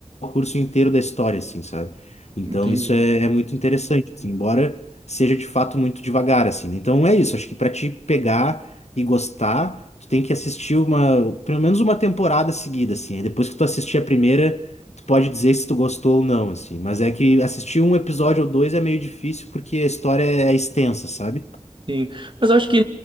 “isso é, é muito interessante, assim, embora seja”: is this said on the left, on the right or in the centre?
Left